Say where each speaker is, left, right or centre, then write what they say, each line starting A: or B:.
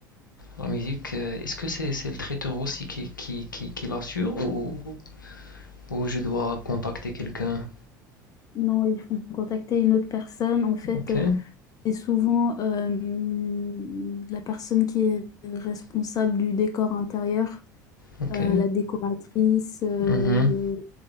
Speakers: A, on the left; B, on the left.
A: La musique, euh, est-ce que c'est c'est le traiteur aussi qui, qui, qui, qui l'assure ou, ou je dois contacter quelqu'un?
B: Non, il faut contacter une autre personne. En fait,
A: Ok,
B: euh, c'est souvent euh, la personne qui est responsable du décor intérieur,
A: ok,
B: euh, la décoratrice euh,
A: mhm,